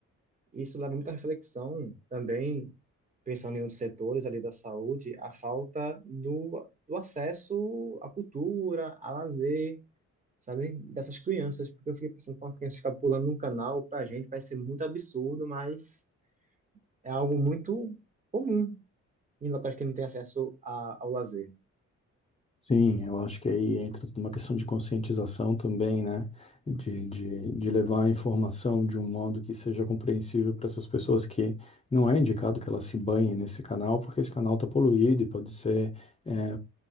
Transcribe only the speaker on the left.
Sim, eu acho que aí entra tudo uma questão de conscientização também, né? De, de, de levar a informação de um modo que seja compreensível para essas pessoas que não é indicado que elas se banhem nesse canal, porque esse canal está poluído e pode ser é,